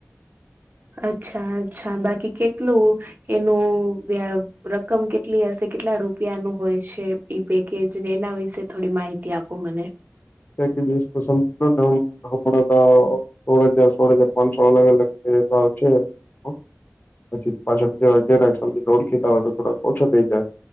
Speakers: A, on the right; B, on the left.
A: અચ્છા અચ્છા બાકી કેટલું એનું વ્યા રકમ કેટલી હશે, કેટલા રૂપિયાનું હોય છે? ઈ પેકેજ ને એના વિશે થોડી માહિતી આપો મને.
B: એક દિવસ તો સમ <unintelligible> હમણાં તો સોળ હજાર સોળ હજાર પાંચસો અલગ અલગ જે ભાવ છે હ. પછી પાછળ જે <unintelligible> ળખીતા હોય તો થોડોક ઓછો થઈ જાય.